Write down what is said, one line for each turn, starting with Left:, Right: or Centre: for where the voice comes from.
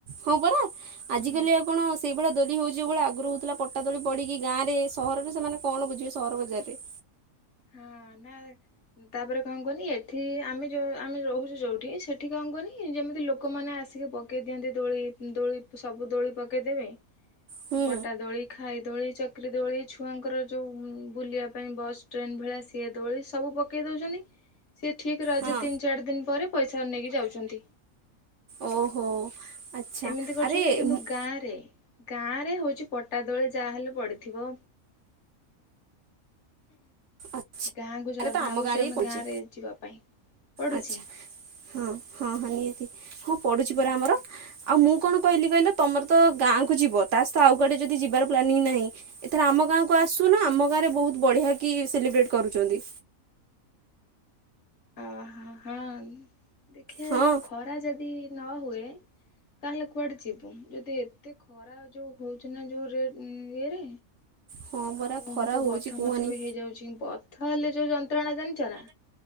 Right: ହଁ ପରା
Left: ହୁଁ
Right: ଆଜିକାଲି ଆଉ କଣ ସେଇଭଳିଆ ଦୋଳି ହୋଉଚି ଯୋଉ ଭଳିଆ ଆଗୁରୁ ହୋଉଥୁଲା ପଟା ଦୋଳି ପଡିକି ଗାଁରେ ସହରରେ ସେମାନେ କଣ ବୁଝିବେ ସହର ବଜାରରେ।
Left: ହଁ ନାଁ ତାପରେ କଁ କୁହନି ଏଠି ଆମେ ଯୋଉ ଆମେ ରହୁଚୁ ଯୋଉଠି ସେଠି କଁ କୁହନି ଯେମିତି ଲୋକମାନେ ଆସିକି ପକେଇ ଦିଅନ୍ତି ଦୋଳି ଉଁ ଦୋଳି ସବୁ ଦୋଳି ପକେଇଦେବେ
Right: ହୁଁ
Left: ପଟା ଦୋଳି ଖା ଖାଇ ଦୋଳି ଚକ୍ରୀ ଦୋଳି ଛୁଆଙ୍କର ଯୋଉ ବୁଲିବା ପାଇଁ ବସ୍ ଟ୍ରେନ ଭଳିଆ ସିଏ ଦୋଳି ସବୁ ପକେଇ ଦୋଉଚନ୍ତି ସିଏ ଠିକ ରଜ
Right: ହଁ
Left: ତିନି ଚାରି ଦିନ ପରେ ପଇସା ନେଇକି ଯାଉଛନ୍ତି।
Right: ଓହୋ। ଆଚ୍ଛା
Left: ଏମିତି କରୁଛନ୍ତି
Right: ଆରେ
Left: କିନ୍ତୁ
Right: ମୁଁ-
Left: ଗାଁରେ ଗାଁରେ ହୋଉଚି ପଟା ଦୋଳି ଯାହା ହେଲେ ପଡ଼ିଥିବ।
Right: ଆଚ୍ଛା
Left: ଗାଁକୁ ଯା
Right: ଆରେ ତ
Left: ଭାବୁଚୁ
Right: ଆମ
Left: ଆମେ
Right: ହିଁ ପଡ଼ୁଛି
Left: ଗାଁରେ ଯିବା ପାଇଁ। ପଡ଼ୁଛି
Right: ଆଚ୍ଛା ହଁ ହଁ ହଁ ନିହାତି। ପଡ଼ୁଚି
Left: ହୁଁ
Right: ପରା ଆମର
Left: ହୁଁ
Right: ଆଉ ମୁଁ କଣ କହିଲି କହିଲ ତମର ତ ଗାଁ ଯିବ ତା ସହିତ ଆଉ କୁଆଡ଼େ ଯଦି ଯିବାର ପ୍ଲାନିଂ ନାହିଁ ଏଥର ଆମ ଗାଁକୁ ଆସୁନ ଆମ ଗାଁରେ ବୋହୁତ ବଢ଼ିଆକି ସେଲିବ୍ରେଟ କରୁଚନ୍ତି।
Left: ଅ ହ ହଁ। ଦେଖିଆ
Right: ହଁ
Left: ଏ ଯୋଉ ଖରା ଯଦି ନ ହୁଏ ତାହେଲେ କୁଆଡ଼େ ଯିବୁ ଯଦି ଏତେ ଖରା ଯୋଉ ହୋଉଚି ନାଁ ଯୋଉ ରେ ଉଁ ଇଏରେ
Right: ହଁ ପରା
Left: ଆଉ
Right: ଖରା
Left: ଯୋଉ
Right: ହେଉଛି
Left: ବଥ
Right: କୁହନି
Left: ମଥ ବି ହେଇଯାଉଚି ବଥା ହେଲେ ଯୋଉ ଜ ତ୍ରଣା ଜାଣିଚ ନାଁ?